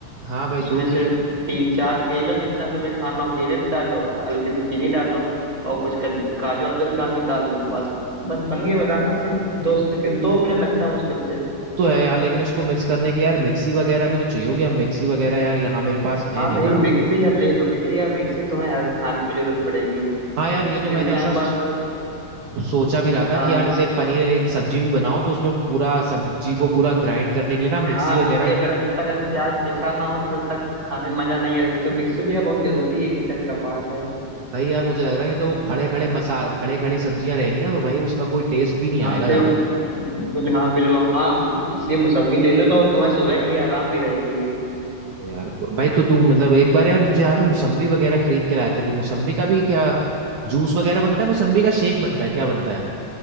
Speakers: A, on the right; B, on the right.
A: हाँ भाई
B: उसमें
A: दूध
B: से
A: ले
B: तीन चार केलो जितना तुम्हें खाना हो केले डाल लो हल्की सी चीनी डाल लो और कुछ कज- काजू वाजू डालना डाल लो बस बस बन गया बताना से दो सेकेंड दो मिनट लगता है मुश्किल से
A: तो है यार लेकिन उसको मिक्स करने के लिए यार मिक्सी वगैरह भी तो चाहिए होगी अब मिक्सी वगैरह यार यहाँ मेरे पास
B: हाँ
A: है नहीं
B: तो
A: ना
B: एक मिक्सी यार ले लो क्योंकि यार मिक्सी तुम्हें हर खाने की जरूरत पड़ेगी
A: हाँ यार ये तो
B: नहीं
A: मैंने
B: तो तुम्हारे
A: ऐसा
B: पास
A: सोचा भी रहा था
B: हाँ
A: कि यार जैसे पनीर वनीर की सब्जी भी बनाओ तो उसमें पूरा सब्जी को पूरा ग्राइंड करने के लिए ना मिक्सी
B: हाँ
A: वगैरह
B: क्योंकि अगर जब तक अगर प्याज पिसा ना हो तो जब तक खाने में मजा नहीं आ रही। तो मिक्सी भी यार बहुत जरूरी है किचन का पार्ट है
A: भाई यार मुझे लग रहा है नहीं तो वो खड़े खड़े मसा खड़े खड़ी सब्जियां रहेंगी ना तो भाई उसका कोई टेस्ट भी नहीं
B: हाँ
A: आएगा
B: फिर
A: ज्यादा
B: बिल हाँ बिल्कुल हाँ इसलिए मौसम्मी ले लो तो तुम्हें सुबह के लिए आराम भी रहेगी
A: यार भाई तो तू मतलब एक बार यार मुझे याद है मौसम्बी वगैरह खरीद के लाए थे तो मौसम्बी का भी क्या जूस वगैरह बनता है मौसम्बी का शेक बनता है क्या बनता है